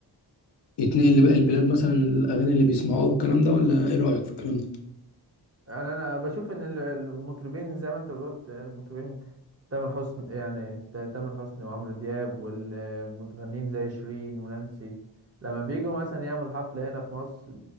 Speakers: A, on the left; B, on the right.
A: يتنقل لباقي البلاد مثلا الاغاني اللي بيسمعوها والكلام ده ولا ايه رايك في الكلام ده؟
B: يعني انا بشوف ان ال- المطربين زي ما انت قلت المطربين تامر حسني يعني ت- تامر حسني وعمرو دياب والمغنيين زي شيرين ونانسي لما بيجوا مثلا يعملوا حفلة هنا في مصر